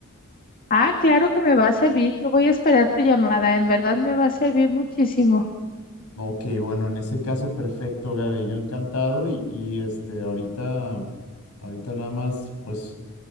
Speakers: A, on the left; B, on the left.
A: Ah, claro que me va a servir. Yo voy a esperar tu llamada. En verdad me va a servir muchísimo.
B: Ok, bueno, en ese caso, perfecto, Gaby, yo encantado y, y este, ahorita, ahorita nada más, pues...